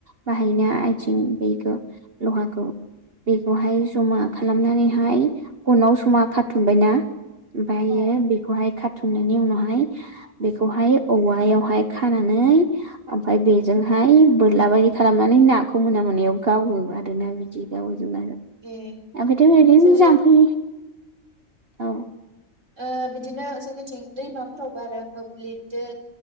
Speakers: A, on the right (about 45°); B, on the right (about 65°).
A: बाहा हायना आथिं बेखौ लहाखौ बेखौहाय जमा खालामनानैहाय गनाव समा खाथुमबायना ओमफायो
B: औ
A: बेखौहाय खा थुननायनि उनावहाय बेखौहाय औवायावहाय खानानै ओमफाय बेजोंहाय बोरलाबादि खालामनानै नाखौ मोना मोनायाव गावो आरोना बिदि गावो जोंना
B: ए
A: ओमफ्रायथ'
B: औ
A: ओरैनो
B: जोंनि
A: जाम्फै औ
B: ओ बिदिनो जोंनिथिं दैमाफोरावबो आरो मोब्लिबदों